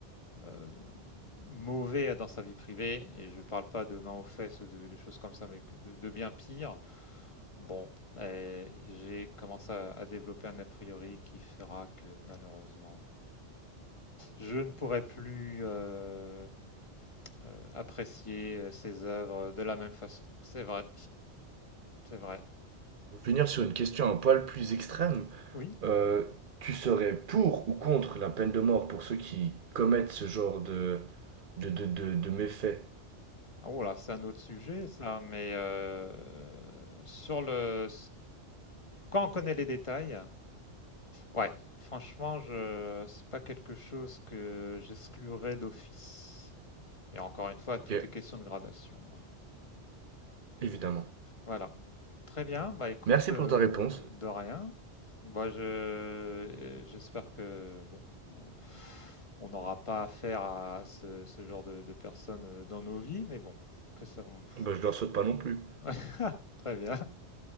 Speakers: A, on the left (about 30°); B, on the right (about 50°).
A: euh, mauvais dans sa vie privée, et je parle pas de main aux fesses, de, des choses comme ça, mais que de, de bien pire, bon, euh, j'ai commencé à, à développer un a priori qui fera que malheureusement, je ne pourrai plus euh, euh, apprécier euh, ses œuvres de la même façon. C'est vrai, c'est vrai.
B: Pour finir sur une question un poil plus extrême,
A: Oui.
B: euh, tu serais pour ou contre la peine de mort pour ceux qui commettent ce genre de, de, de, de, de méfaits?
A: Oh là, c'est un autre sujet, ça, mais euh, sur le... Quand on connaît les détails, ouais, franchement, je... c'est pas quelque chose que j'exclurais d'office. Et encore une fois,
B: Ok,
A: tout est question de gradation. hein.
B: évidemment.
A: Voilà. Très bien, bah écoute,
B: Merci
A: euh,
B: pour ta réponse.
A: de rien. Moi, je, j'espère que bon, on on n'aura pas affaire à ce, ce genre de, de personnes euh, dans nos vies, mais bon, que savons-nous?
B: Bah, je leur souhaite pas non plus.
A: <laughs> très bien.